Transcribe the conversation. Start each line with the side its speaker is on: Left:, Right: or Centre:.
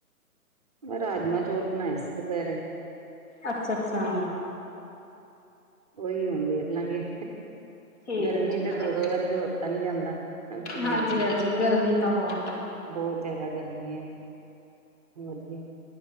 Right: ਬਅ ਰਾਜਮਾਂ, ਚੌਲ ਬਨਾਏ ਸੀ ਦੁਪੈਰੇ।
Left: ਅੱਛ- ਅੱਸ਼ਾਂ।
Right: ਉਈ ਹੁਨ ਵੇਖ ਲਾਂਗੇ।
Left: ਠੀਕ
Right: ਗਰਮੀ
Left: ਹੈ ਠੀਕ
Right: ਤੇ ਦੋ,
Left: ਹੈ
Right: ਦੋ ਵਾਰੀ ਖਲੋਤਾ ਨੀ ਜਾਂਦਾ ਅ ਚੁੱਲੇ
Left: ਹਾਂਜੀ
Right: ਅੱਗੇ।
Left: ਹਾਂਜੀ ਗਰਮੀ ਤਾਂ ਬਹੁਤ ਹੈ
Right: ਬੌਤ ਜਿਆਦਾ ਗਰਮੀ ਐ ਹੋਰ ਕੀ।